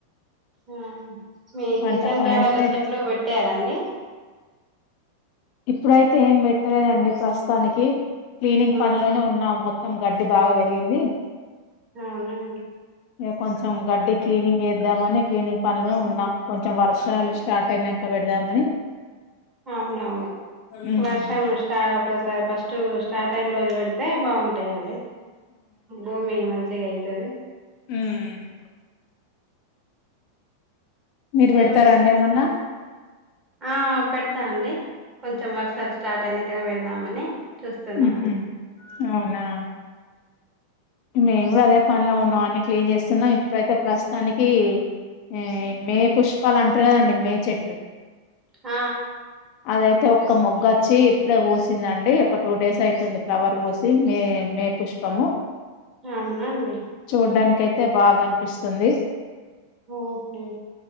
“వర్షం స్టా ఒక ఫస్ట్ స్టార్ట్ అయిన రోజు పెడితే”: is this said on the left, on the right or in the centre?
Right